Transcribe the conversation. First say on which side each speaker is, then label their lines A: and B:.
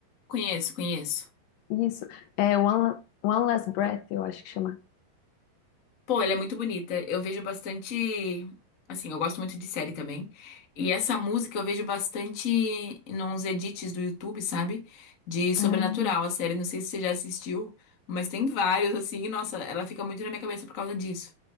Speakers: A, on the left; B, on the left.
A: Conheço, conheço.
B: Isso. É One, One Last Breath, eu acho que chama.
A: Pô, ela é muito bonita. Eu vejo bastante. Assim, eu gosto muito de série também. E essa música eu vejo bastante nos edits do YouTube, sabe? De Sobrenatural,
B: Ah,
A: a série. Não sei se você já assistiu, mas tem vários, assim. E, nossa, ela fica muito na minha cabeça por causa disso.